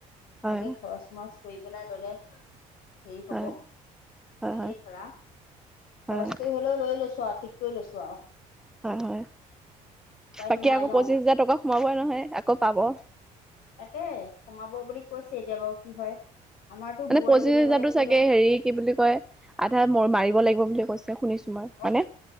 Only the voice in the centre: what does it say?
হয়
হয়
হয়
হয় হয়
হয', হয',
বাকী
আকৌ
পঁচিশ হাজাৰ টকা সোমাবই নহয় আকৌ পাব।
মানে
পঁচিশ
হাজাৰতো
চাগে
হেৰি কি বুলি কয় আধা মাৰিব লাগিব বুলি কৈছে শুনিছো। মই
হয়নে?